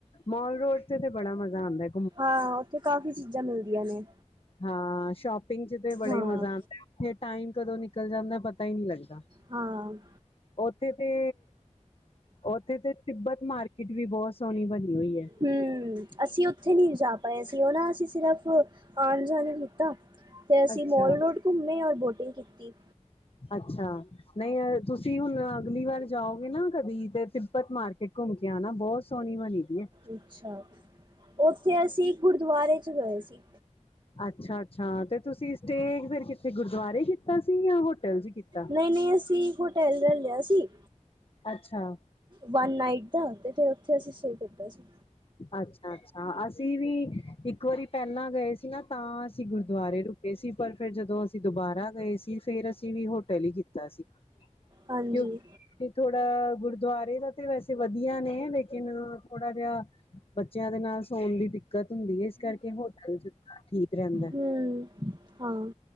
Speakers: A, on the left (about 45°); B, on the right (about 35°).
A: ਮੋਲ ਰੋਡ ਤੇ ਤੇ ਬੜਾ ਮਜ਼ਾ ਆਂਦਾ ਐ
B: ਹਾਂ ਉੱਥੇ ਕਾਫ਼ੀ ਚੀਜ਼ਾਂ ਮਿਲਦੀਆਂ ਨੇ
A: ਹਾਂ ਸ਼ੋਪਿੰਗ ਚ ਤੇ ਬੜਾ
B: ਹਾਂ
A: ਈ ਮਜ਼ਾ ਆਂਦਾ ਉਥੇ ਟਾਈਮ ਕਦੋਂ ਨਿਕਲ ਜਾਂਦਾ ਪ ਤਾ ਈ ਨਹੀਂ ਲੱਗਦਾ
B: ਹਾਂ ਹਮ
A: ਉੱਥੇ ਤੇ ਉੱਥੇ ਤੇ ਤਿੱਬਤ ਮਾਰਕੀਟ ਵੀ ਬਹੁਤ ਸੋਹਣੀ ਬਣੀ ਹੋਈ ਐ
B: ਹਮ ਅਸੀਂ ਉੱਥੇ ਨਹੀਂ ਜਾ ਪਾਏ ਸੀ ਉਹ ਨਾ ਅਸੀਂ ਸਿਰਫ ਆਣ ਜਾਣ ਕੀਤਾ ਫੇ ਅਸੀਂ
A: ਅੱਛਾ
B: ਮੋਲ ਰੋਡ ਘੁੰਮੇ ਔਰ ਬੋਟਿੰਗ ਕੀਤੀ
A: ਅੱਛਾ ਨਹੀਂ ਅ ਤੁਸੀਂ ਹੁਣ ਅਗਲੀ ਵਾਰ ਜਾਓਗੇ ਨਾ ਕਦੀ ਤੇ ਤਿੱਬਤ ਮਾਰਕੀਟ ਘੁੰਮ ਕੇ ਆਣਾ ਬਹੁਤ ਸੋਹਣੀ ਬਣੀ ਵੀ ਐ
B: ਅੱਛਾ ਉੱਥੇ ਅਸੀਂ ਗੁਰਦੁਆਰੇ ਚ ਗਏ ਸੀ
A: ਅੱਛਾ ਅੱਛਾ ਤੇ ਤੁਸੀਂ ਸਟੇਅ ਫਿਰ ਕਿੱਥੇ ਗੁਰਦੁਆਰੇ ਕੀਤਾ ਸੀ ਯਾਂ ਹੋਟਲ ਚ ਕੀਤਾ
B: ਨਹੀਂ ਨਹੀਂ ਅਸੀਂ ਹੋਟੈਲ ਲ ਲਿਆ ਸੀ
A: ਅੱਛਾ
B: ਵਨ ਨਾਈਟ ਦਾ ਤੇ ਫਿਰ ਉੱਥੇ ਅਸੀਂ ਸਟੇਅ ਕੀਤਾ ਸੀ
A: ਅੱਛਾ ਅੱਛਾ ਅਸੀਂ ਵੀ ਇੱਕ ਵਾਰੀ ਪਹਿਲਾਂ ਗਏ ਸੀ ਨਾ ਤਾਂ ਅਸੀਂ ਗੁਰਦਵਾਰੇ ਰੁਕੇ ਸੀ। ਪਰ ਫੇਰ ਜਦੋਂ ਅਸੀਂ ਦੁਬਾਰਾ ਗਏ ਸੀ ਫੇਰ ਅਸੀਂ ਵੀ ਹੋਟਲ ਈ ਕੀਤਾ ਸੀ।
B: ਹਾਂਜੀ
A: ਕਿਉਂਕਿ ਥੋੜਾ ਗੁਰਦਵਾਰੇ ਦਾ ਤੇ ਵੈਸੇ ਵਧੀਆ ਨੇ ਲੇਕਿਨ ਥੋੜਾ ਜਿਆ ਬੱਚਿਆਂ ਦੇ ਨਾਲ ਸੋਣ ਦੀ ਦਿੱਕਤ ਦਿੱਕਤ ਹੁੰਦੀ ਏ ਏਸ ਕਰਕੇ ਹੋਟਲ 'ਚ ਠੀਕ ਰੈਂਦਾ।
B: ਹਮ ਹਾਂ